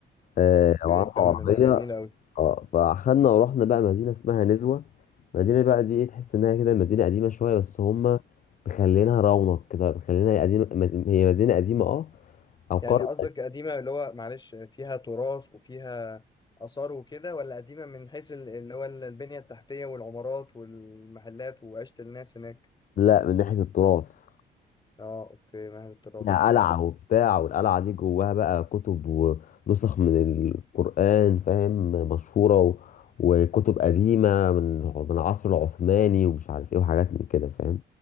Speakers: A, on the left; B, on the left.
A: آه
B: ك-
A: وعنده
B: كمل
A: عربية
B: جميل أوي
A: اه فاخدنا ورحنا بقى مدينة اسمها نزوة المدينة بقى دي ايه تحس انها كده مدينة قديمة شوية بس هما مخلينها رونق كده مخلينها قديمة مد- هي مدينة قديمة اه او قرية
B: يعني قصدك قديمة اللي هو معلش فيها تراث وفيها آثار وكده ولا قديمة من حيث ال- اللي هو البنية التحتية والعمارات والمحلات وعيشة الناس هناك
A: لا من ناحية التراث
B: اه اوكي مهد التراث
A: فيها
B: اوكي
A: قلعة وبتاع والقلعة دي جواها بقى كتب ونسخ من القرآن فاهم مشهورة و... وكتب قديمة من من العصر العثماني ومش عارف ايه وحاجات من كده فاهم